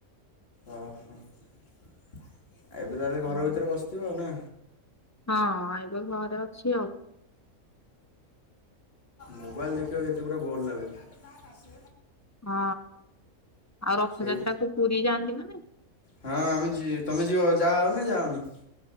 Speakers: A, on the left; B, on the left.
A: ଓହୋ ଏ ଏବେ ତାହେଲେ ଘର
B: ହଁ
A: ଭିତରେ ବସିଥିବ ଆଉ ନା।
B: ହଁ ଏବେ ଘରେ ଅଛି ଆଉ।
A: ମୋବାଇଲ ଦେଖିବାକୁ କେତେ ପୁରା ବୋର୍ ଲାଗୁଚି।
B: ହଁ ଆଉ ରଥଯାତ୍ରା
A: ସେଇ
B: କୁ ପୁରୀ ଯାଆନ୍ତି ନା ନାଇଁ?
A: ହଁ ଆମେ ଯି ତମେ ଯିବ ଯା ଅ ନା ଯାଅନି?